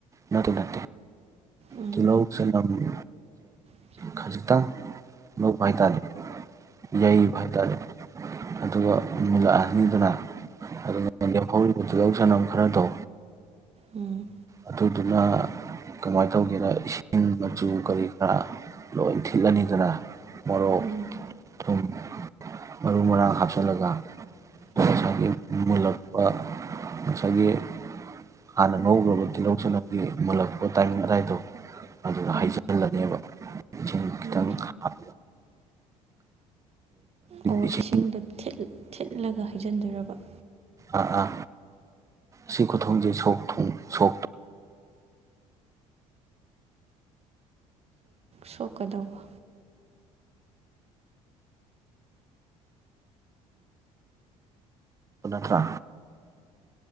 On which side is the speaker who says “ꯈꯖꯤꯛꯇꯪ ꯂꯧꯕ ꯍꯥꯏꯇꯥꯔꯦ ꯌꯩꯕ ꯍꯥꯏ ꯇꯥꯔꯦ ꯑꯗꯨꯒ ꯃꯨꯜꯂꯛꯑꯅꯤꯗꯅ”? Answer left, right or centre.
Right